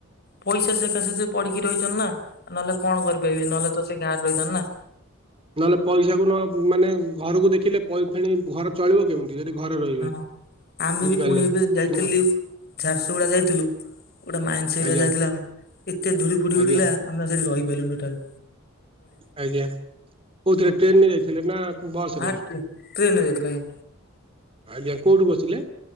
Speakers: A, on the right; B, on the left.
A: <unintelligible>
B: ପଇସା ସକାଶେ ସେ ପଢିକି ରହିଛନ୍ତି ନା ନହେଲେ କଣ କରିପାରିବେ ନହେଲେ ତ ସେ ଗାଁରେ ରହିଥାନ୍ତେ ନା।
A: ନହେଲେ ପଇସାକୁ ନ ମାନେ ଘରକୁ ଦେଖିଲେ ପଇ ଫେଣି ଘର ଚଳିବ କେମିତି। <unintelligible>
B: ହଁ ଆମେ
A: ବୁଝିପାରିଲେ
B: ବି ପୁଣି
A: ହୁଁ,
B: ଏବେ ଯାଇଥିଲୁ ଝାରସୁଗୁଡା ଯାଇଥିଲୁ। ଗୋଟେ <unintelligible>
A: ଆଜ୍ଞା
B: ଯାଇଥିଲା ଆମେ ଏତେ ଧୂଳି ଫୁଡି
A: ଆଜ୍ଞା
B: ଉଡ଼ିଲା ଆମେ ସେଠି ରହିପାରିଲୁନି ଟୋଟାଲ୍।
A: ଆଜ୍ଞା କୋଉଥିରେ ଟ୍ରେନ ରେ ଯାଇଥିଲେ ନା ବସ
B: ଆ
A: ରେ।
B: ଟ୍ରେନରେ ଯାଇଥିଲୁ ଆଜ୍ଞା
A: ଆଜ୍ଞା କୋଉଠୁ ବସିଲେ।